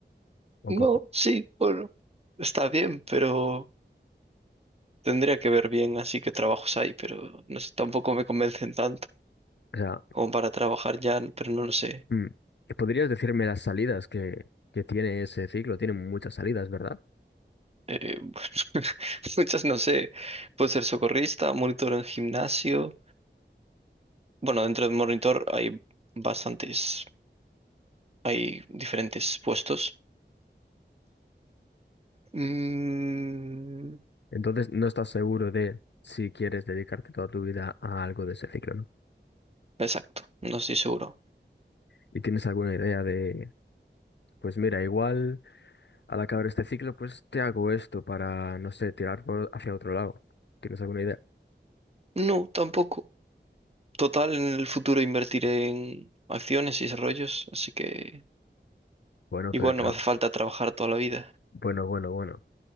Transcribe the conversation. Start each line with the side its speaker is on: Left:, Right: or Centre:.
Left: ¿O
Right: No,
Left: cómo?
Right: sí, bueno, está bien, pero... Tendría que ver bien así que trabajos hay, pero no sé, tampoco me convencen tanto
Left: O sea,
Right: como para trabajar ya, pero no lo sé.
Left: mm, ¿podrías decirme las salidas que, que tiene ese ciclo? Tiene muchas salidas, ¿verdad?
Right: Eh, <laughs> muchas no sé. puede ser socorrista, monitor en gimnasio. Bueno, dentro de monitor hay bastantes, hay diferentes puestos. Mm,
Left: Entonces no estás seguro de si quieres dedicarte toda tu vida a algo de ese ciclo, ¿no?
Right: exacto, no estoy seguro.
Left: Y tienes alguna idea de, pues mira, igual al acabar este ciclo, pues te hago esto para, no sé, tirar por hacia otro lado. ¿Tienes alguna idea?
Right: No, tampoco. Total, en el futuro invertiré en acciones y desarrollos, así que
Left: Bueno,
Right: igual
Left: pero ta-
Right: no me hace falta trabajar toda la vida.
Left: bueno, bueno, bueno.